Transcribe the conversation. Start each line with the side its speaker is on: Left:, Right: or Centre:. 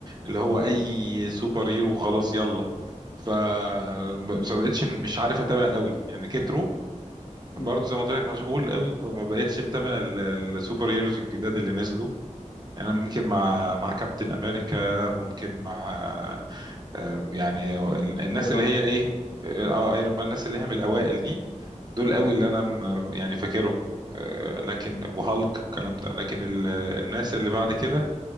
Right: اللي هو
Left: مم.
Right: اي سوبر هيرو خلاص يلا ف ما بقتش مش عارف اتابع قوي يعني كتروا
Left: مم.
Right: برضه زي ما قلت لك مشغول قوي فما بقتش متابع ال- السوبر هيروز الجداد اللي نزلوا يعني انا ممكن مع مع كابتن امريكا ممكن مع آه، يعني ال- الناس
Left: ايرون
Right: اللي هي
Left: مان
Right: ايه اه ايرون مان الناس اللي هي من الاوائل دي دول قوي اللي انا م- يعني فاكرهم آه، لكن وهالك والكلام ده لكن ال- الناس اللي بعد كده